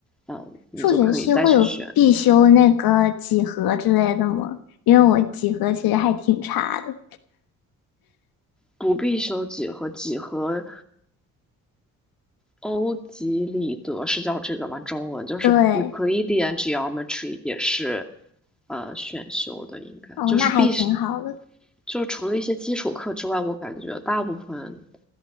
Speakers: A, in the centre; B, on the left (about 70°).
A: 嗯，你就可以再去选。
B: 数学系会有必修那个几何之类的吗？因为我几何其实还挺差的。
A: 不必修几何，几何欧几里得是叫这个吗？中文就是
B: 对，
A: Euclidean Geometry 也是呃选修的，应该就是必须，
B: 哦，那还挺好的。
A: 就除了一些基础课之外，我感觉大部分